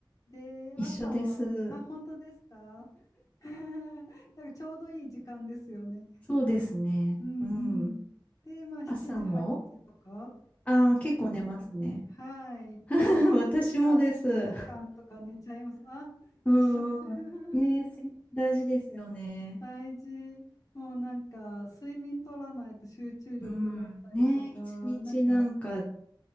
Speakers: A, on the left; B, on the left.
A: で、朝は、
B: 一緒です。
A: あ、本当ですか <laughs> なんかちょうどいい時間ですよね。
B: そうですね。
A: うんうん。
B: うん。
A: で、まあ7時、
B: 朝も
A: 8時とか。
B: ああー、結構寝ますね。
A: はい。
B: <laughs>
A: なんか8時間、
B: 私もです。
A: 9時間とか寝ちゃいます。あ、
B: うん、
A: 一緒。<laughs>
B: うん。ねえ、せ大事ですよね。
A: 大事。もうなんか睡眠取らないと集中力だったりとか、
B: うん。ねえ、一日なんか
A: なんか